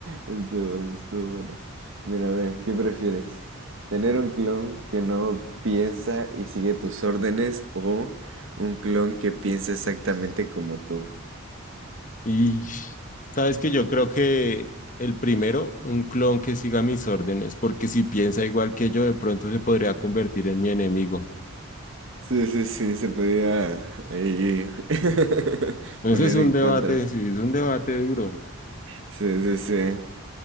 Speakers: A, on the right; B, on the left.
A: bueno, estuvo buena. Mira, a ver, ¿qué prefieres? ¿Tener un clon que no piensa y sigue tus órdenes o un clon que piensa exactamente como tú?
B: Y sabes que yo creo que el primero, un clon que siga mis órdenes, porque si piensa igual que yo, de pronto se podría convertir en mi enemigo.
A: Sí, sí, sí, se podía ahí <laughs>
B: Entonces
A: poner
B: es un
A: en
B: debate,
A: contra.
B: sí, es un debate duro.
A: Sí, sí, sí.